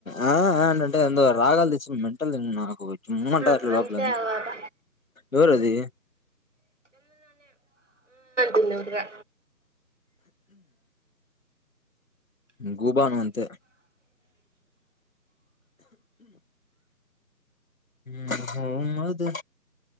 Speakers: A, on the left; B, on the right.
A: ఏ ఏంటంటే ఎ రాగాలు తెసి మెంటల్ నాకు కొం మమంట
B: హ,
A: అట్
B: అంతే
A: లోపల
B: అవ్వక
A: ఎవరు అది
B: పన్నడుగా
A: గుబాను అంతే మహమద